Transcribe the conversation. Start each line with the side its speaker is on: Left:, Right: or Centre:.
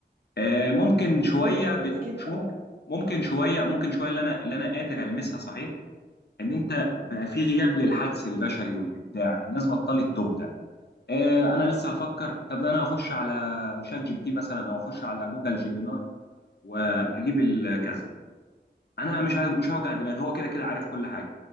Left: آه ممكن
Right: مظبوط
Left: شويه ب...
Right: اكيد
Left: شو
Right: طبعا
Left: ممكن ممكن شويه ممكن شويه اللي انا اللي انا قادر المسها صحيح ان انت بقى في غياب للحدس البشري والابداع الناس بطلت تبدع آه انا لسه هفكر طب ده انا هخش على شات جي بي تي مثلا او اخش على جوجل جيميناي واجيب الكذا انا مش هو- مش هوجع دماغي هو كده كده عارف كل حاجه